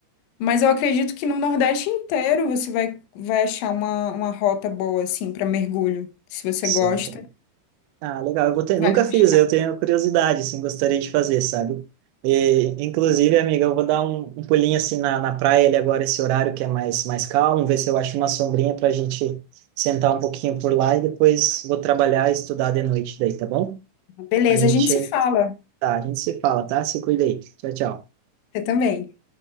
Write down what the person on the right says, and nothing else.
Sim.
Ah, legal. Eu vou ter...
Nunca fiz, eu tenho curiosidade, assim, gostaria de fazer, sabe? E, inclusive, amiga, eu vou dar um, um pulinho, assim, na, na praia ali agora, esse horário que é mais, mais calmo, ver se eu acho uma sombrinha para a gente sentar um pouquinho por lá e depois vou trabalhar e estudar de noite daí, tá bom?
A gente,
tá, a gente se fala, tá? Se cuida aí. Tchau, tchau.